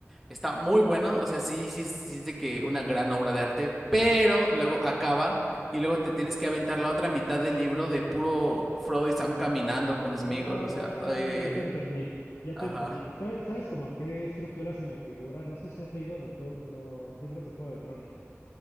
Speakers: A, in the centre; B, on the left (about 85°).
A: Está muy bueno, o sea, sí, sí, sí es de que una gran obra de arte, pero luego acaba y luego te tienes que aventar la otra mitad del libro de puro Frodo y Sam caminando con
B: Ah,
A: Sméagol, o sea, ay,
B: ya te entendí. Ya te
A: ajá.
B: entendí. ¿Sabes, sabes como a qué estructura se me figura? No sé si has leído los jue- los libros de Juego de Tronos.